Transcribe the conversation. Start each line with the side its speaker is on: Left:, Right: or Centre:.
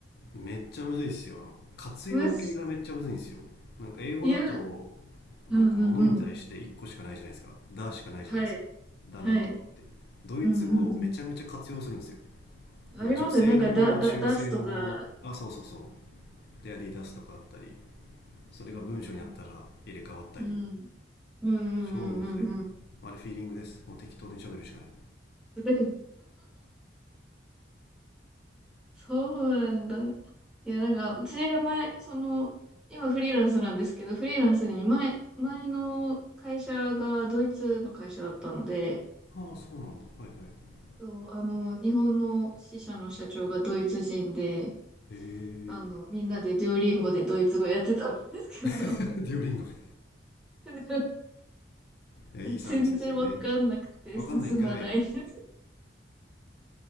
Left: めっちゃむずいっすよあの活用形がめっちゃむずいんですよなんか英語だと
Centre: むず、いや、うんうんうん。
Left: なんか物に対して1個しかないじゃないですか「だ」しかないじゃないですか「だなんとか」ってドイツ語めちゃめちゃ活用するんですよ
Centre: はい、はい。うんうんうん。ありますね。
Left: 女性のもの中性のものあそうそうそ
Centre: なんか、だ、だ、出すとか、
Left: うでアディダスとかあったりそれが文章になったら入れ替わったり
Centre: うん、うん、うん、うん、
Left: 超むずい
Centre: うん、うん。
Left: あれフィーリングですもう適当に喋るしかない
Centre: だからそうなんだ。いや、なんか、私が前、その、今フリーランスなんですけど、フリーランスに前、前の会社がドイツの会社だったので、
Left: ああそうなんだはいはい
Centre: そう、あの、日本の支社の社長がドイツ人で、
Left: へえ
Centre: あの、みんなでデュオリンゴでドイツ語やってたんですけど、
Left: <laughs> デュオリンゴね
Centre: <laughs>
Left: いやいいサービスですよね
Centre: 全然わかんなくて進まないです。
Left: わかんないんかい。